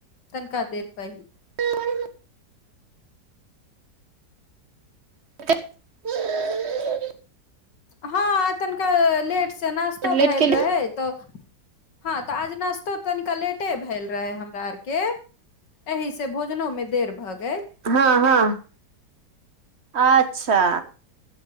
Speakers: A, on the left (about 75°); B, on the right (about 40°).
A: तनका देर पहिल।
B: त <inaudible> <inaudible>
A: हँ, तनिका लेट से नाश्तो
B: लेट
A: भेल
B: के
A: रहैत। तऽ हँ, तऽ आज नाश्तो तनिक लेट भेल रहै हमरा आरके। एहिह से भोजनो में देर भ गेल।
B: हँ, हँ, अच्छा।